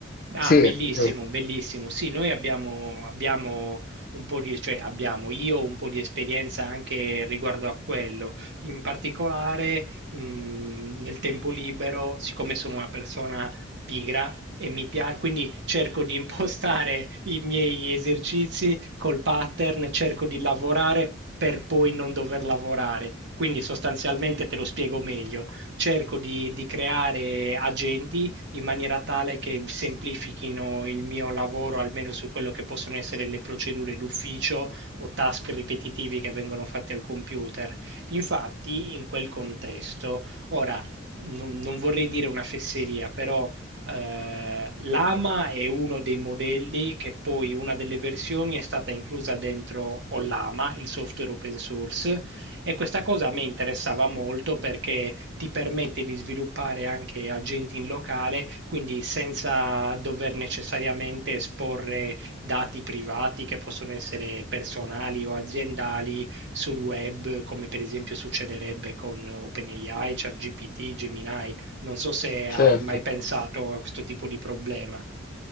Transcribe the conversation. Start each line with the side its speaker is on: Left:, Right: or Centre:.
Right: Ah,
Left: sì,
Right: bellissimo,
Left: sì,
Right: bellissimo. Sì, noi abbiamo, abbiamo un po' di, cioè abbiamo io un po' di esperienza anche riguardo a quello. In particolare, mh, nel tempo libero, siccome sono una persona pigra e mi piace, quindi cerco di impostare i miei esercizi col pattern, cerco di lavorare per poi non dover lavorare. Quindi sostanzialmente te lo spiego meglio. Cerco di di creare agenti in maniera tale che semplifichino il mio lavoro, almeno su quello che possono essere le procedure d'ufficio o task ripetitivi che vengono fatti al computer. Infatti, in quel contesto, ora non, non vorrei dire una fesseria, però eh, l'AMA è uno dei modelli che poi una delle versioni è stata inclusa dentro Ollama, il software open source, e questa cosa a me interessava molto perché ti permette di sviluppare anche agenti in locale, quindi senza dover necessariamente esporre dati privati che possono essere personali o aziendali sul web, come per esempio succederebbe con OpenAI, ChatGPT, Gemini. Non so se hai
Left: certo.
Right: mai pensato a questo tipo di problema.